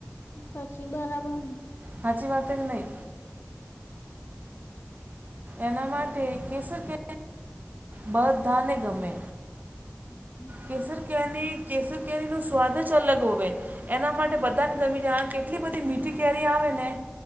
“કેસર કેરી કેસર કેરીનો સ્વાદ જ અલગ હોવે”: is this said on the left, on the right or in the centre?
Right